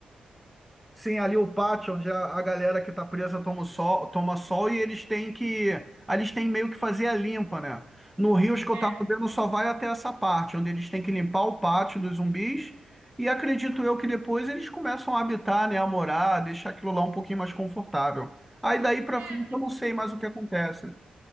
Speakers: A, in the centre; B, on the right.
A: Sim, ali o pátio, onde a, a galera que tá presa toma o sol, toma sol e eles têm que. ali Eles têm meio que fazer a limpa, né? No Rio, os que
B: É.
A: eu tava vendo só vai até essa parte, onde eles têm que limpar o pátio dos zumbis. E acredito eu que depois eles começam a habitar, né? A morar, deixar aquilo lá um pouquinho mais confortável. Aí daí pra
B: É,
A: frente eu não
B: assim,
A: sei mais o que acontece.